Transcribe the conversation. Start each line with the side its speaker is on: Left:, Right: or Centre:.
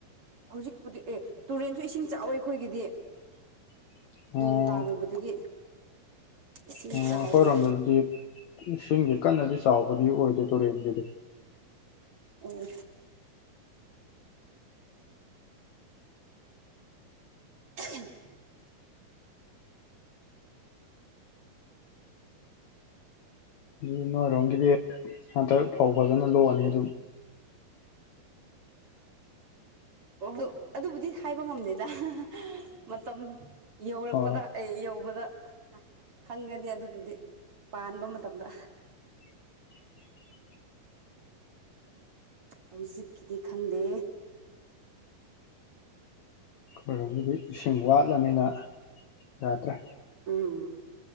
Right: ꯍꯧꯖꯤꯛꯄꯨꯗꯤ ꯑꯦ ꯇꯨꯔꯦꯟꯁꯨ ꯏꯁꯤꯡ ꯆꯥꯎꯋꯤ ꯑꯩꯈꯣꯏꯒꯤꯗꯤ
Left: <unintelligible> ꯑꯣ
Right: ꯅꯣꯡ ꯇꯥꯔꯨꯕꯗꯒꯤ ꯏꯁꯤꯡ
Left: ꯎ
Right: ꯆꯥꯎꯋꯦ
Left: ꯍꯣꯏꯔꯣꯝꯝꯕꯗꯗꯤ ꯏꯁꯤꯡꯒꯤ ꯀꯟꯅꯗꯤ ꯆꯥꯎꯕ ꯑꯣꯏꯗ ꯇꯔꯗ
Right: ꯑꯣ ꯎ
Left: ꯑꯗꯨ ꯅꯣꯏꯔꯣꯝꯒꯤꯗꯤ ꯍꯟꯗꯛ ꯐꯧ ꯐꯖꯅ ꯂꯣꯛꯑꯅꯤ ꯑꯗꯨꯝ
Right: ꯑꯣ ꯑꯗꯨꯕꯨꯗꯤ ꯍꯥꯏꯕ ꯉꯝꯗꯦꯗ ꯃꯇꯝ ꯌꯧꯔꯛꯄꯗ
Left: ꯍꯣꯏ
Right: ꯑꯩ ꯌꯧꯕꯗ ꯈꯪꯒꯅꯤ ꯑꯗꯨꯕꯨꯗꯤ ꯄꯥꯟꯕ ꯃꯇꯝꯗ
Left: <unintelligible>
Right: ꯍꯧꯖꯤꯛꯀꯤꯗꯤ ꯈꯪꯗꯦ
Left: ꯑꯩꯈꯣꯏꯗꯤ ꯏꯁꯤꯡ ꯋꯥꯠꯂꯅꯤꯅ ꯌꯥꯗ꯭ꯔꯦ
Right: ꯎꯝ